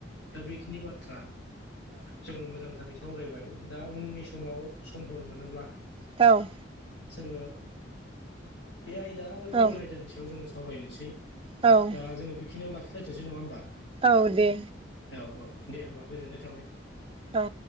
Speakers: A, on the left; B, on the right.
A: दा बेखिनि बाथ्रा जोङो मोजांथारै सावरायबाय दा उननि समाव समफोर मोनोब्ला
B: औ
A: जोङो बे आयदा आरो
B: औ औ
A: गुबुन आयदानि सायाव जोङो सावरायनोसै
B: औ
A: दा जोङो बेखिनियाव लाखिलायथ'सै नङा होमबा
B: औ दे
A: औ औ दे होमबा गोजोननाय थाबाय
B: औ